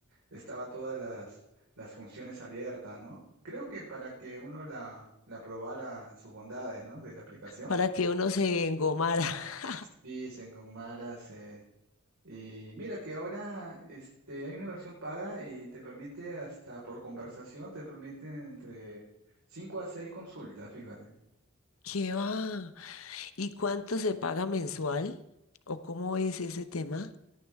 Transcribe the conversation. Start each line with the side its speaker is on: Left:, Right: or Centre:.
Right: estaba todas las, las funciones abiertas, ¿no? Creo que para que uno la, la probara sus bondades, ¿no? De la aplicación.
Left: para que uno se engomara. <laughs>
Right: Y se engomara, se... Y mira que ahora este, hay una versión paga y te permite hasta por conversación, te permite entre 5 a 6 consultas, fíjate.
Left: ¿Qué va? ¿Y cuánto se paga mensual? ¿O cómo es ese tema?